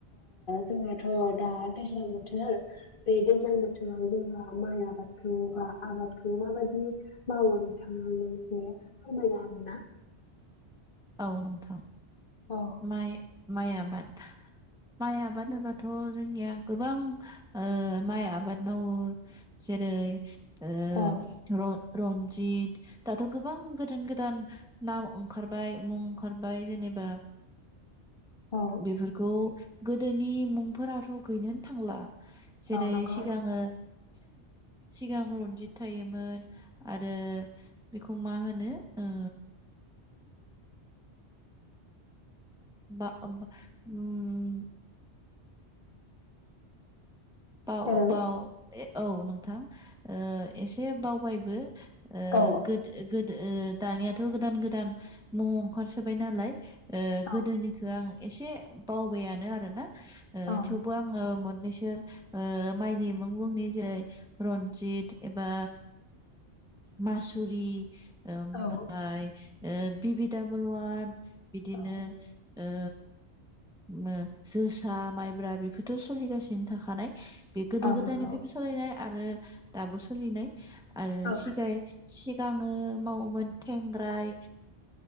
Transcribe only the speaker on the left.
जोंनाथ' दा दैज्लां बोथोर बे दैज्लां बोथोराव जोंहा माइआ आबादखौ बा आबादखौ माबायदि मावो नोंथाङा आंनो एसे फोरमायनो हागोन ना।
औ
औ
औ
औ नंगौ
हेलौ
औ
औ
औ
नंगौ
औ
औ
औ
नंगौ
औ